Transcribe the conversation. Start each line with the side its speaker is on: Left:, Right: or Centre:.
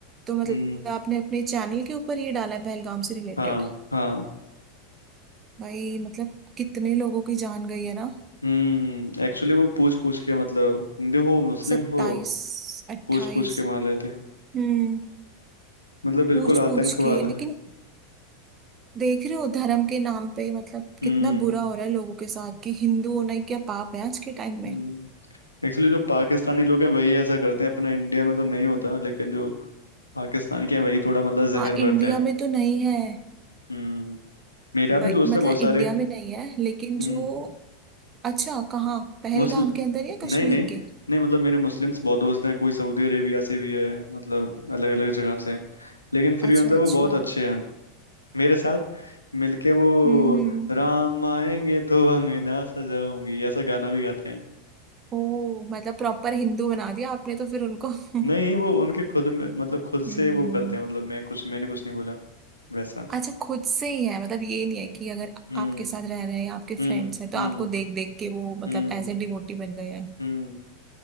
Right: तो मतलब
Left: हम्म
Right: आपने अपने चैनल के ऊपर ये डाला है पहलगाम से रिलेटेड
Left: हाँ हाँ
Right: भाई मतलब कितने लोगों की जान गई है ना
Left: हम्म एक्चुअली वो पूछ पूछ के मतलब हिंदू हो मुस्लिम
Right: सत्ताईस
Left: हो
Right: अट्ठाईस
Left: पूछ पूछ के मार रहे थे
Right: हम्म
Left: मतलब बिल्कुल
Right: पूछ
Left: आतंकवाद
Right: पूछ के लेकिन
Left: है
Right: देख रहे हो धर्म के नाम पे मतलब
Left: हम्म
Right: कितना बुरा हो रहा है लोगों के साथ कि हिंदू होना ही क्या पाप है आज के टाइम में
Left: हम्म एक्चुअली जो पाकिस्तानी लोग हैं वही ऐसा करते हैं अपना इंडिया में तो नहीं होता लेकिन जो पाकिस्तान के हैं वही थोड़ा मतलब
Right: हाँ
Left: जहर
Right: इंडिया
Left: भरते हैं
Right: में तो नहीं है
Left: हम्म मेरा
Right: ब-
Left: भी दोस्त
Right: मतलब
Left: है बहुत सारे
Right: इंडिया में नहीं है लेकिन
Left: हम्म
Right: जो अच्छा कहाँ पहलगाम
Left: मुस्ल
Right: के अंदर या कश्मीर
Left: नहीं नहीं
Right: के
Left: नहीं मतलब मेरे मुस्लिम्स बहुत दोस्त हैं कोई सऊदी अरेबिया से भी है मतलब अलग अलग जगह से हैं लेकिन फिर
Right: अच्छा
Left: भी मतलब
Right: अच्छा
Left: वो बहुत अच्छे हैं मेरे साथ मिलके वो
Right: हम्म हम्म
Left: राम आएंगे तो अंगना सजाऊंगी ऐसा गाना भी गाते हैं
Right: ओ मतलब प्रॉपर हिंदू बना दिया आपने तो फिर उनको <laughs>
Left: नहीं वो उनके खुद में मतलब खुद
Right: हम्म
Left: से वो करते हैं मतलब मैं कुछ मैंने कुछ नहीं बोला वैसा
Right: अच्छा खुद से ही है मतलब ये नहीं है कि अगर
Left: हम्म
Right: आपके साथ रह रहे हैं या आपके फ्रेंड्स
Left: हम्म
Right: हैं तो
Left: हम्म
Right: आपको देख देख के वो मतलब
Left: हम्म
Right: एज ए डिवोटी बन गए हैं
Left: हम्म